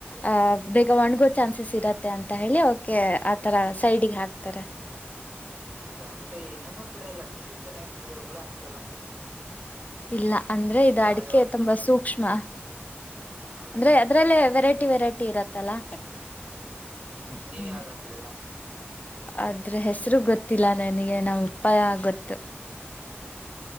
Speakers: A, on the left (about 35°); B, on the right (about 35°).
A: ಆಹ ಬೇಗ ಒಣ್ಗೋ ಚಾನ್ಸಸ್ ಇರತ್ತೆ ಅಂತ ಹೇಳಿ ಓಕೆ ಆತರ ಸೈಡ್ಿಗೆ ಹಾಕ್ತಾರೆ
B: ಹೌದಾ ಮತ್ತೆ ಈ ನಮ್ಮೂರ್ ಕಡೆ ಎಲ್ಲ ಬಿಸಿಲು ಚೆನ್ನಾಗಿದ್ರೆ ಹುಳ ಹತ್ತ
A: ಇಲ್ಲ ಅಂದ್ರೆ ಇದು
B: ಈಗ ಯಾವ್ದೋ
A: ಅಡಿಕೆ
B: ಒಂದು
A: ತುಂಬಾ ಸೂಕ್ಷ್ಮ
B: ಹೌದಾ
A: ಅಂದ್ರೆ ಅದಲ್ಲೇ ವೆರೈಟಿ ವೆರಟಿ ಇರುತ್ತೆ ತಲಾ ಹ್ಮಂ
B: ನೀವ್ ಯಾವ್ದು ಹಾಕಿದೀರಾ
A: ಆದ್ರೆ ಹೆಸರುಗ್ ಗೊತ್ತಿಲ್ಲ ನನಗೆ ನಮ್ ಉಪಾಯ ಗೊತ್ತು